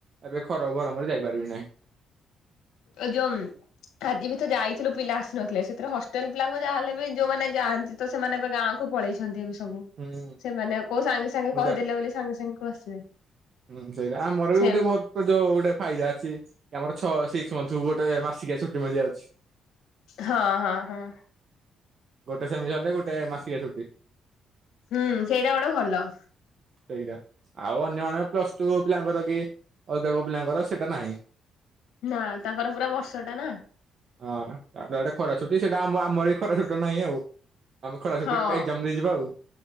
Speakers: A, on the right; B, on the left.
A: ଏବେ ଖରା ଗରମରେ ଯାଇପାରିବି ନାହିଁ।
B: ଏ ଯୋଉ ଆଜି ଭି ତ ଯାଇଥିଲୁ ପିଲା ନଥିଲେ ସେଥିରେ ହଷ୍ଟେଲ ପିଲାଙ୍କୁ ଯାହା ହେଲେ ବି ଯୋଉମାନେ ଯାଆନ୍ତି ତ ସେମାନେ ଏବେ ଗାଁକୁ ପଳେଇଛନ୍ତି ଏବେ ସବୁ
A: ହୁଁ
B: ସେମାନେ କୋଉ ସାଙ୍ଗେ ସାଙ୍ଗେ
A: ବୁଝା
B: କହିଦେଲେ ବୋଲି ସାଙ୍ଗେ ସାଙ୍ଗେ କୋଉ ଆସିବେ।
A: ହୁଁ ସେଇଟା ଆମର ବି
B: ସେ
A: ଗୋଟେ ବହୁତ ଯୋଉ ଗୋଟେ ଫାଇଦା ଅଛି ଆମର ଛଅ ସିକ୍ସ ଗୋଟେ ମାସିକିଆ ଛୁଟି ମିଳିଯଆାଉଛି।
B: ହଁ ହଁ ହଁ।
A: ଗୋଟେ ସେମି ସରିଲେ ଗୋଟେ ମାସିକଆ ଛୁଟି।
B: ହୁଁ ସେଇଟା ଗୋଟେ ଭଲ।
A: ସେଇଟା ଆଉ ଅନ୍ୟ ମାନଙ୍କ ପ୍ଲସ ଟୁ ପିଲାଙ୍କର କି ଅଲଗା କୋଉ ପିଲାଙ୍କର ସେଇଟା ନାହିଁ।
B: ନା ତାଙ୍କର ପୁରା ବର୍ଷ ଟା ନା।
A: ହଁ ତାପରେ ଆଉ ଗୋଟେ ଖରା ଛୁଟି ସେଇଟା ଆମ ଆମର ଏ ଖରା ଛୁଟି ନାହିଁ ଆଉ। ଆମେ ଖରାଛୁଟେ
B: ହଁ।
A: ଏକ୍ଜାମ ଦେଇଯିବା ଆଉ।